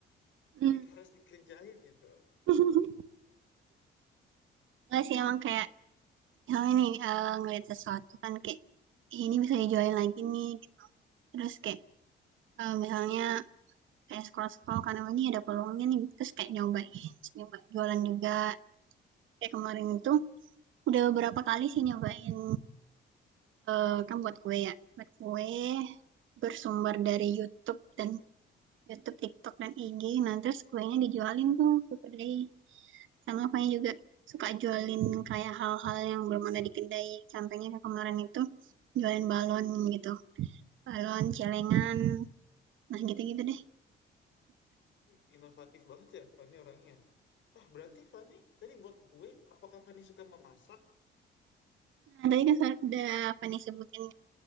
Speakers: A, on the right; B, on the left.
A: Hmm.
B: di- harus dikerjain gitu
A: <laughs> Nggak sih emang kayak misalnya nih eh, ngeliat sesuatu kan kayak "Ih, ini bisa dijualin lagi nih gitu. Terus kayak eh, misalnya kayak scroll-scroll karena ini ada peluangnya nih terus kayak nyobain nyoba jualan juga kayak kemarin itu udah beberapa kali sih nyobain eh, kan buat kue ya buat kue bersumber dari YouTube dan YouTube TikTok dan IG nah terus kuenya dijualin tuh ke kedai sama apanya juga suka jualin kayak hal-hal yang belum ada di kedai contohnya kayak kemarin itu jualin balon gitu balon celengan nah gitu-gitu deh
B: Wih, inovatif banget ya Fanny orangnya. Ah, berarti Fani tadi buat kue, apakah Fani suka memasak?
A: Nah, tadi kan udah apa nih sebutin